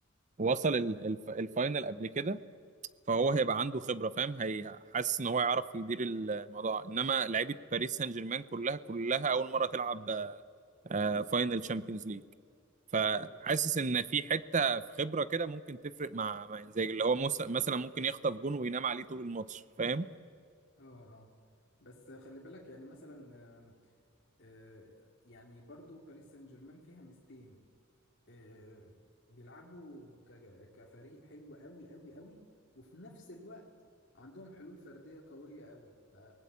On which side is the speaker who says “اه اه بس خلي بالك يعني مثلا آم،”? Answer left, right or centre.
Left